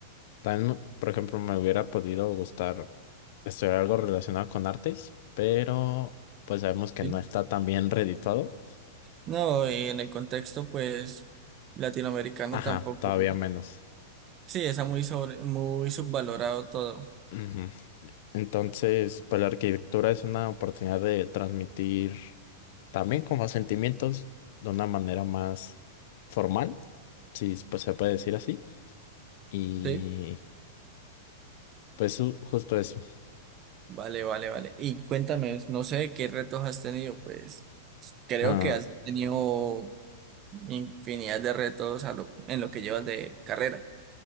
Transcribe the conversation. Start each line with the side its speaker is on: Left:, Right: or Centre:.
Left: también, por ejemplo, me hubiera podido gustar estudiar algo relacionado con artes, pero pues sabemos que
Right: ¿sí?
Left: no está tan bien reeditado.
Right: No, y en el contexto, pues, latinoamericano
Left: Ajá,
Right: tampoco.
Left: todavía menos.
Right: Sí, está muy sobre, muy subvalorado todo.
Left: Ujú. Entonces, pues la arquitectura es una oportunidad de transmitir también como sentimientos de una manera más formal, si pues, se puede decir así. Y
Right: Sí.
Left: pues ju- justo eso.
Right: Vale, vale, vale. Y cuéntame, no sé qué retos has tenido, pues creo
Left: Ah,
Right: que has tenido infinidad de retos a lo- en lo que llevas de carrera,